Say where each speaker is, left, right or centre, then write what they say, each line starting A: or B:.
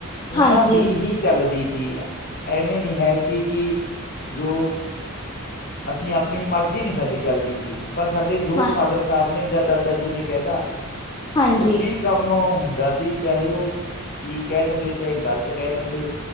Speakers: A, on the left (about 40°); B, on the left (about 20°).
A: ਉਹਨਾਂ
B: ਹਾਂਜੀ,
A: ਦੀ ਹੀ ਚੱਲਦੀ ਸੀ ਐਵੇਂ ਨੀ ਹੈ ਸੀ ਕਿ ਜੋ ਅਸੀਂ ਆਪਣੀ ਮਰਜ਼ੀ ਨਹੀਂ ਸਾਡੀ ਚੱਲਦੀ ਸੀ ਪਰ ਸਾਡੇ ਜੋ
B: ਹਾਂ
A: ਫਾਦਰ, ਸਾਹਿਬ ਨੇ ਜਾਂ ਦਾਦਾ ਜੀ ਨੇ ਕਹਿਤਾ
B: ਹਾਂਜੀ,
A: ਉਹੀ ਕੰਮ ਹੁੰਦਾ ਸੀ ਚਾਹੇ ਉਹ ਠੀਕ ਕਹਿ ਦਿੰਦੇ ਚਾਹੇ ਗ਼ਲਤ ਕਹਿ ਦਿੰਦੇ